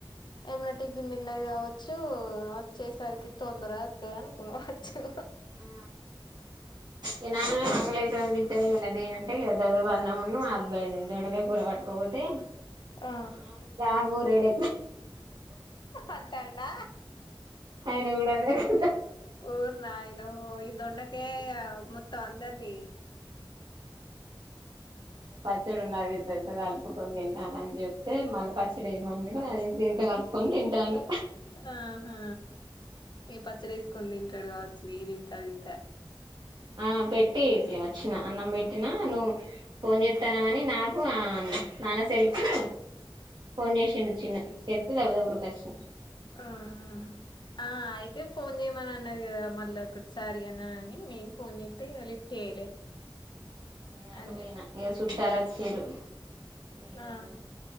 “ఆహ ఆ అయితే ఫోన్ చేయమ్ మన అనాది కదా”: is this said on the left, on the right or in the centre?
Left